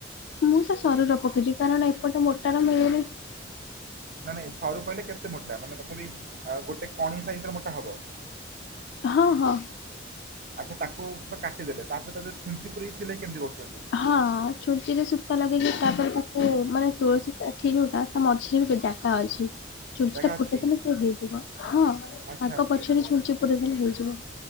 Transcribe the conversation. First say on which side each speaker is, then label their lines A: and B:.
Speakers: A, on the left (about 65°); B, on the right (about 45°).
A: ମୁଁ ତ ସରୁର ପକେଇଛି କାରଣ ଏପଟେ ମୋଟା ର ମିଳୁନି
B: ନାଇଁ ନାଇଁ ସରୁ କହିଲେ କେତେ ମୋଟା ମାନେ ତଥାପି ଗୋଟେ କଣି ସାଇଜ ର ମୋଟା ହବ
A: ହଁ ହଁ
B: ଆଚ୍ଛା ତାକୁ ପୁରା କାଟିଦେଲେ ତାପରେ ତା ଛୁଞ୍ଚି ପୁର ଇ ସିଲେଇ କେମିତି କରୁଛନ୍ତି
A: ହଁ ଛୁଞ୍ଚିରେ ସୂତା ଲଗେଇକି ତା ପରେ ତାକୁ ମାନେ ତୁଳସୀ କାଠି ଯୋଉଟା ତା ମଝିରେ ବି ଜାଗା ଅଛି ଛୁଞ୍ଚି
B: ଜାଗା
A: ତା
B: ଅଛି
A: ଫୁଟେଇଦେଲେ ସେ ହେଇଯିବ ହଁ
B: ଆଚ୍ଛା
A: ଆଗ
B: ଆଚ୍ଛା
A: ପଛରେ
B: ଆଚ୍ଛା।
A: ଛୁଞ୍ଚି ପୁରେଇଦେଲେ ହେଇଯିବ